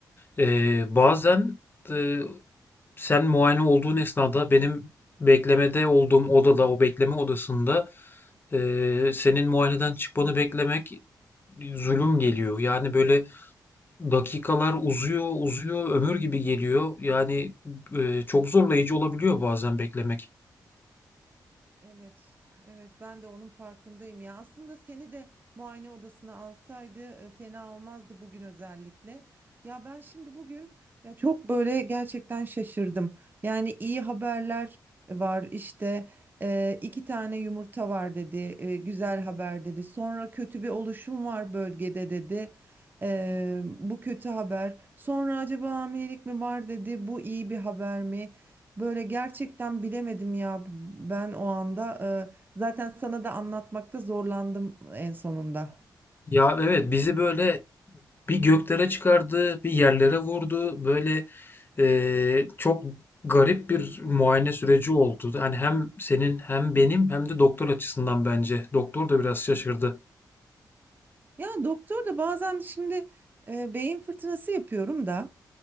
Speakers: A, on the left; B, on the right.
A: Ee, bazen e, Sen muayene olduğun esnada benim beklemede olduğum odada, o bekleme odasında eee, senin muayeneden çıkmanı beklemek zulüm geliyor. Yani böyle dakikalar uzuyor, uzuyor, ömür gibi geliyor. Yani eee, çok zorlayıcı olabiliyor bazen beklemek.
B: Evet, evet ben de onun farkındayım ya. Aslında seni de muayene odasına alsaydı e, fena olmazdı bugün özellikle. Ya ben şimdi bugün ya çok böyle gerçekten şaşırdım. Yani iyi haberler var işte e, iki tane yumurta var dedi, e, güzel haber dedi. Sonra kötü bir oluşum var bölgede dedi. E, bu kötü haber. Sonra acaba hamilelik mi var dedi. Bu iyi bir haber mi? Böyle gerçekten bilemedim ya ben o anda. Ee, zaten sana da anlatmakta zorlandım en sonunda.
A: Ya evet bizi böyle bir göklere çıkardı, bir yerlere vurdu. Böyle eee, çok garip bir muayene süreci oldu. Yani hem senin hem benim hem de doktor açısından bence. Doktor da biraz şaşırdı.
B: Ya doktor da bazen şimdi e, beyin fırtınası yapıyorum da